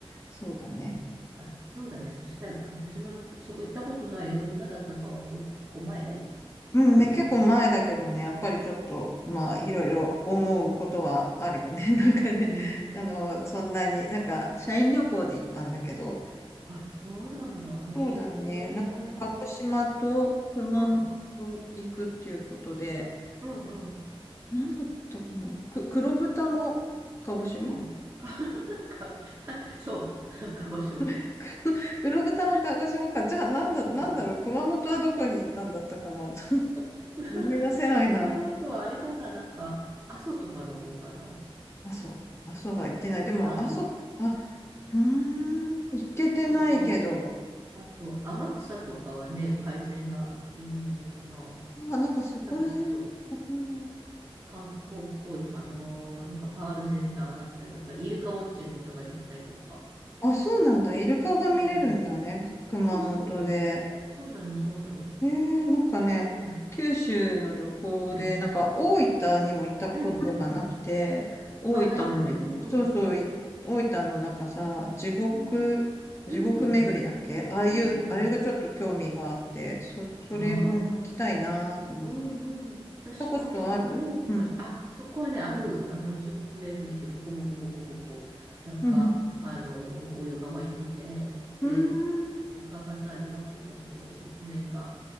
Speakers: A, on the left; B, on the right.
A: そうだね。
B: あ、そうだね。そしたら、鹿児島の、そこ行ったことない。えどんなだったかは、お、結構前覚えてる
A: うんね、結構前だけどね、やっぱりちょっと、まあ、いろいろ思うことはあるよね。<laughs> なんかね、
B: うーん。
A: あの、そんなに、なんか、社員旅行で行ったんだけど、
B: あ、そうなんだ。へえ。
A: そうだね、なんか、鹿児島と熊本行くっていうことで、
B: うん、うん、うん、
A: なんだったかな、く、黒豚も鹿児島
B: うん。か、<laughs> か、<laughs> そう、<laughs> 鹿児島。
A: <laughs> うろぶたの鹿児島か。じゃあ、なんだ、
B: うん。
A: なんだろう。熊本はどこに行ったんだったかな。<laughs>
B: <laughs>
A: 思い出せないな。
B: 熊本はあれかな、なんか、阿蘇とかの方かな。
A: 阿蘇、阿蘇は行ってない。
B: 阿蘇山
A: でも、阿蘇、あ、うーん、行けてないけど。
B: とか、あと、天草とかはね、海鮮が有名かな。
A: あ、なんかそこら辺。
B: なんかちょっと、
A: うん
B: 観光っぽいかな。なんかパールセンターがあったりとか、イルカウォッチングとかできたりとか。
A: あ、そうなんだ。イルカが見れるんだね。
B: うん。
A: 熊本で。
B: そうそう。そうなの、そうなの。
A: ええなんかね、
B: うん。
A: 九州の旅行で、
B: <clears throat>
A: なんか大分にも行ったことがなくて、
B: うん。
A: 大あ、
B: あ、ないんだね。
A: 分のい、
B: うんうん。
A: そうそう、い大分のなんかさ、地獄、
B: うん。
A: 地獄巡りだっけああいう、
B: うんうん。うんうん。
A: あれがちょっと興味があって、そ、それも行きたいなと思って。
B: ああ、うんうん。私も結構前、
A: 行ったことあるうん。
B: あ、そこはね、ある、あの、中国巡りってボコボコボコボコ、なんか、
A: うん。
B: あの、お湯が湧いてて、で、
A: うん。う
B: 床がさ、床っていうかその側面が